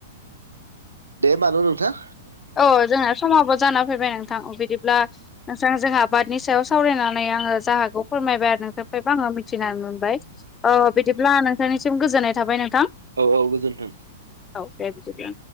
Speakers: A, on the right; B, on the left.
A: दे ओमबा न' नोंथां।
B: औ जोंना समाबो जाना फैबाय नोंथां बिदिब्ला जों जोंहा आबादनि सायाव सावरायनानै आङो जाहागखौ फोरमायबाय आरो नोंथोरफ्रायबो आङो मिथिनानै मोनबाय। औ बिदिब्ला नोंथांनिसिम गोजोननाय थाबाय नोंथां।
A: औ औ गोजोन्थों।
B: औ दे बिदिब्ला